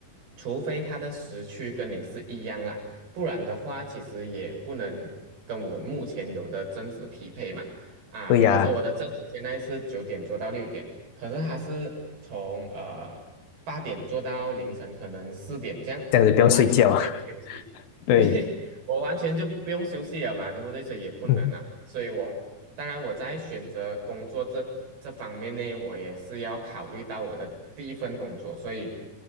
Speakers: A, on the right; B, on the left.
A: 除非他的时区跟你是一样啦，不然的话，其实也不能跟我目前有的正值匹配嘛。啊，
B: 对呀，
A: 比如说我的正值现在是九点做到六点，可是他是从呃八点做到凌晨可能四点这样，
B: 这样子不用睡觉。
A: 我完全就没有休息。
B: <laughs> 对，
A: 对，<laughs> 我完全就不用休息了嘛，对不对？所以也不能啊，
B: 嗯，
A: 所以我当然我在选择工作这这方面呢，我也是要考虑到我的第一份工作，所以